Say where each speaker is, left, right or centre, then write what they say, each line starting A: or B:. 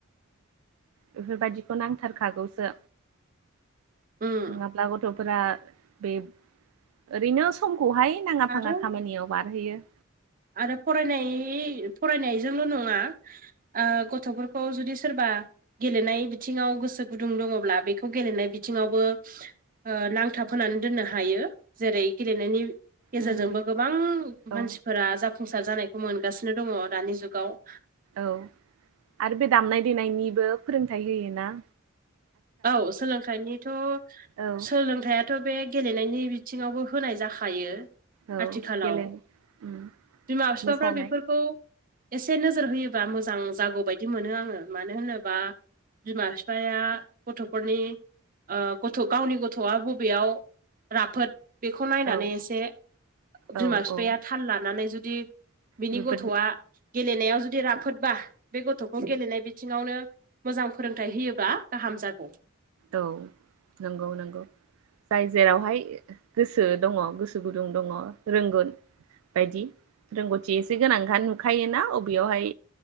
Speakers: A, on the right (about 80°); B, on the right (about 40°).
A: बेफोरबायदिखौ नांथारखागौसो
B: उम
A: नङाब्ला गथ' फोरा बे ओरैनो समखौहाय नाङा
B: आरो
A: फाङा खामानियाव बारहोयो।
B: आरो फरायनाय फरायनायजोंल' नङा। ओ गथ'फोरखौ जुदि सोरबा गेलेनाय बिथिङाव गोसो गुदुं दङब्ला बेखौ गेलेनाय बिथिङावबो ओ नांथाब होनोनानै दोननो हायो जेरै गेलेनायनि गेजेरजोंबो
A: उम
B: गोबां मानसिफोरा
A: औ
B: जाफुंसार जानायखौ मोनगासिनो दङ दानि जुगाव।
A: औ आरो बे दामनाय देनायनिबो फोरोंथाइ होयो ना।
B: औ सोलोंथाइनिथ'
A: औ
B: सोलोंथाइया थ' बे गेलेनायनि बिथिङावबो होनाय जाखायो
A: औ
B: आथिखालाव
A: गेलेनो उम
B: बिमा फिफाफ्रा
A: मोसानाय
B: बेफोरखौ एसे नोजोर होयोबा मोजां जागौ बायदि मोनो आङो मानो होनोबा बिमा फिफाया गथ'फोरनि ओ गथ' गावनि गथ'आ बबेयाव राफोद बेखौ नायनानै
A: औ
B: एसे
A: औ
B: बिमा बिफाया
A: औ
B: थाल लानानै जुदि बिनि
A: बेफोर
B: गथ'आ गेलेनायाव जुदि राफोदबा बे गथ'खौ गेलेनाय बिथिङावनो मोजां फोरोंथाइ होयोबा गाहाम जागौ
A: औ नंगौ नंगौ जाय जेरावहाय गोसो दङ गोसो गुदुं दङ रोंगोन बायदि रोंग'थि एसे गोनां नुखायोना अबेयावहाय